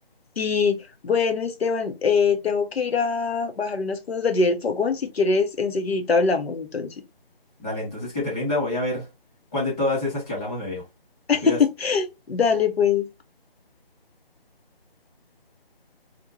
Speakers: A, on the left; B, in the centre.
A: sí, bueno, Esteban, eh, tengo que ir a bajar unas cosas de allí del fogón, si quieres enseguidita hablamos, entonces.
B: Dale, entonces que te rinda, voy a ver cuál de todas esas que hablamos me veo. ¿Te cuidas?
A: <laughs> Dale, pues.